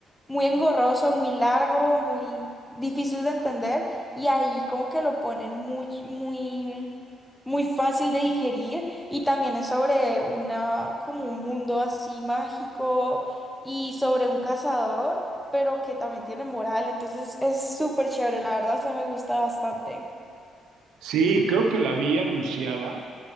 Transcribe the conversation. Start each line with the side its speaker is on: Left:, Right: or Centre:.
Centre: muy engorroso, muy largo, muy difícil de entender y ahí como que lo ponen muy, muy, muy fácil de digerir y también es sobre una, como un mundo así mágico y sobre un cazador, pero que también tiene moral, entonces es súper chévere, la verdad, eso me gusta bastante.
Right: Sí, creo que la vi anunciada.